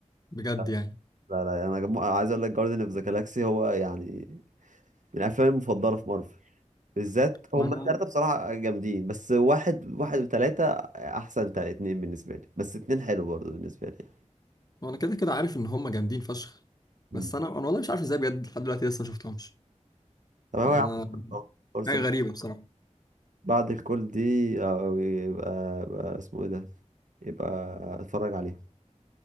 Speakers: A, on the left (about 30°); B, on the right (about 85°).
A: بجد
B: لا
A: يعني
B: لا لا، انا جم- عايز اقول لك جاردن اوف ذا جالاكسي هو يعني من الافلام المفضله في مارفل بالذات هم
A: ما انا
B: التلاتة بصراحة جامدين بس واحد واحد وتلاتة أحسن تا اتنين بالنسبة لي بس اتنين حلو برضه بالنسبة لي
A: ما انا كده كده عارف ان هم جامدين فشخ
B: مم.
A: بس انا انا والله مش عارف ازاي بجد لحد دلوقتي لسه ما شفتهمش
B: طب هو
A: انا
B: يا عم فرصة فرصة
A: حاجه غريبه بصراحه
B: بعد الكل دي آه، يبقى, يبقى اسمه ايه ده يبقى اتفرج عليهم